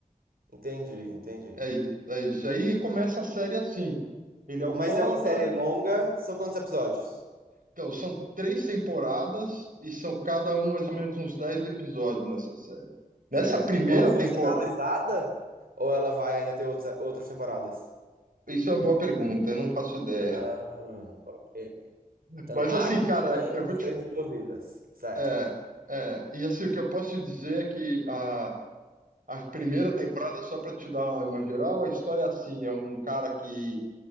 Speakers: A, on the right; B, on the right.
A: Entendi, entendi.
B: é isso, é isso. Aí começa a série assim. Ele é alcoólatra.
A: Mas é uma série longa, são quantos episódios?
B: Então, são três temporadas e são cada um mais ou menos uns 10 episódios nessa série. Nessa
A: Certo.
B: primeira
A: E ela foi
B: temporada.
A: finalizada? Ou ela vai ainda ter outras, outras temporadas?
B: Isso é uma boa pergunta, eu não faço ideia.
A: Ah, ok.
B: <laughs>
A: Então,
B: Mas
A: há
B: assim,
A: coisas
B: cara,
A: ainda
B: eu vou
A: a
B: te.
A: serem desenvolvidas. Certo.
B: É, é, e assim, o que eu posso dizer é que a A primeira temporada, só para te dar uma geral, a história é assim: é um cara que